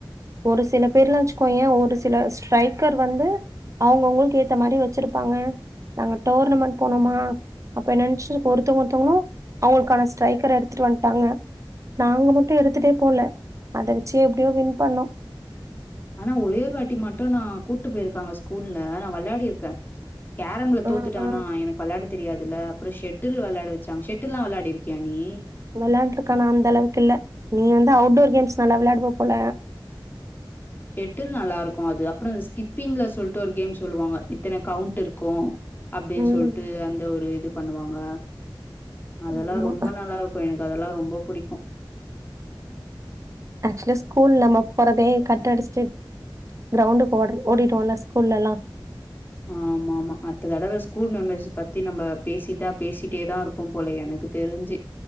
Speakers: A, on the right; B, on the left.
A: ஒரு சில பேர்லா வச்சுக்கோய ஒரு சில ஸ்ட்ரைக்கர் வந்து அவங்கவங்களுக்கு ஏத்த மாரி வச்சிருப்பாங்க நாங்க டோர்னமெண்ட் போனோமா அப்ப என்ன நன்ச்சு ஒருத்தவங்க ஒருத்தவங்களு அவங்களுக்கான ஸ்ட்ரைக்கர எடுத்துட்டு வண்ட்டாங்க நாங்க மட்டு எடுத்துட்டே போல அத வெச்சு எப்டியோ வின் பண்ணோ
B: ஆனா ஒரே ஒரு வாட்டி மட்டு நா கூட்டு போய்ருக்காங்க ஸ்கூல்ல நா விளையாடிருக்க கரம்ல தோத்துட்ட
A: ஆ,
B: ஆனா
A: ஆ.
B: எனக்கு விளையாடத் தெரியாதுல்ல அப்புறோ ஷெட்டில் வெளயாட வெச்சாங்க ஷெட்டில்லா விளாடிருக்கியா நீ
A: வெளாண்ருக்க ஆனா அந்த அளவுக்கு இல்ல நீ வந்து அவ்ட்டோர் கேம்ஸ் நல்லா விளையாடுவ போல
B: ஷெட்டில் நல்லா இருக்கு அது அப்புறோ இந்த ஸ்கிப்பிங்ல சொல்ட்டு ஒரு கேம் சொல்லுவாங்க இத்தன கவுண்ட் இருக்கு அப்படின்
A: ம்.
B: சொல்ட்டு அந்த ஒரு இது பண்ணுவாங்க அதெல்லா
A: ஆமா
B: ரொம்ப நல்லா இருக் கு எனக்கு அதெல்லா ரொம்ப புடிக்கு
A: அக்சுவலா ஸ்கூல்ல நம்ம போறதே கட்டடிச்சிட்டு கிரௌண்டுக்கு ஓடு ஓடிட்டுவோல்ல ஸ்கூல்லல்லா
B: ஆமாமா அடுத்த தடவ ஸ்கூல் மெம்மரிஸ் பத்தி நம்ம பேசிட்டா பேசிட்டே தா இருப் போ போல எனக்கு தெரிஞ்சி